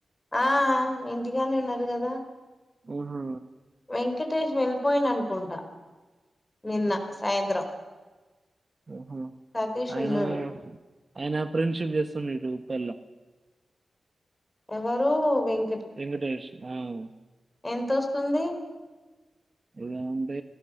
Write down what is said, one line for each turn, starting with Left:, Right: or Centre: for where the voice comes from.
Left: ఆ ఇంటిగన్నె ఉన్నారు కదా
Right: ఆహా!
Left: వెంకట్ టెష్ వెళ్ళిపోయిండు అనుకుంటా నిన్న సాయంత్రం
Right: ఓహో
Left: సతీష్
Right: ఆయన
Left: ఉన్నాడు
Right: ఆయన ఫ్రెండ్షిప్ చేస్తుండు ఇటుప్పల్లా
Left: ఎవరు వెం
Right: వెంకటేష్ ఆఉ
Left: ఎంతొస్తుంది
Right: ఇద అంటే